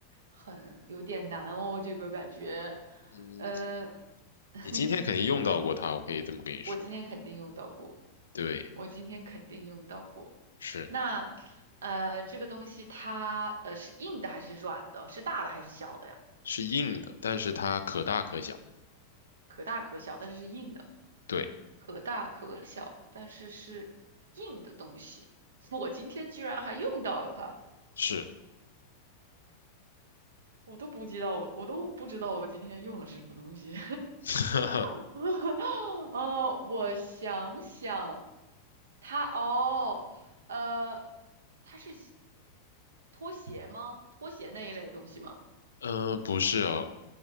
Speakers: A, on the right; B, on the left.
A: 很有点难哦，这个感觉。
B: 嗯，
A: 嗯，<laughs>
B: 你今天肯定用到过它，我可以这么跟你说。
A: 我今天肯定用到过，
B: 对，
A: 我今天肯定用到过。
B: 是
A: 那呃，这个东西它呃是硬的还是软的？是大的还是小的呀？
B: 是硬的，但是它可大可小。
A: 可大可小，但是是硬的；
B: 对，
A: 可大可小，但是是硬的东西。<laughs> 我今天居然还用到了它，
B: 是，
A: 我都不知道我我都不知道我今天用了是什么东西。
B: <laughs>
A: <laughs> 哦，我想想，它哦，呃，它是拖鞋吗？拖鞋那一类的东西吗？
B: 嗯，不是哦，